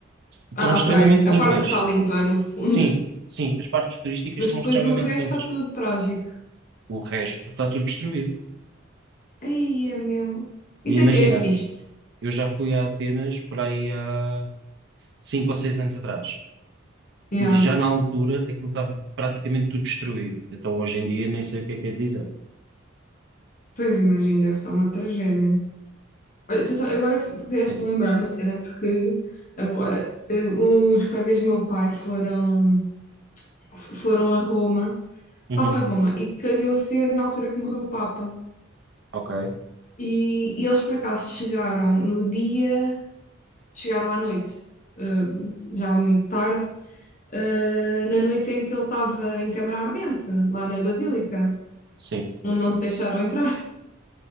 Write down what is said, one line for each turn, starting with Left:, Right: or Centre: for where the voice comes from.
Right: estão
Left: Ah,
Right: extremamente
Left: ok. A
Right: limpas.
Left: parte que está limpa, no fundo.
Right: Sim, sim, as partes turísticas
Left: <laughs> Mas
Right: estão
Left: depois
Right: extremamente
Left: o resto
Right: limpas.
Left: está tudo trágico.
Right: O resto está tudo destruído.
Left: Ai, é meu. Isso
Right: E imagina,
Left: até é triste.
Right: eu já fui a Atenas por aí há cinco ou seis anos atrás.
Left: Yeah.
Right: e já na altura aquilo estava praticamente tudo destruído. Então hoje em dia nem sei o que é que é de dizer.
Left: Pois imagino, deve estar uma tragédia. Olha, tu tá- agora vieste-me
Right: Sim.
Left: lembrar uma cena, porque agora eh, uns colegas do meu pai foram, foram a Roma.
Right: Uhum.
Left: estava em Roma e calhou ser na altura que morreu o Papa.
Right: Ok.
Left: E, e eles por acaso chegaram no dia, chegaram à noite, eh, já muito tarde, eh, na noite em que ele estava em câmara ardente, lá na Basílica,
Right: Sim,
Left: onde não te deixaram entrar.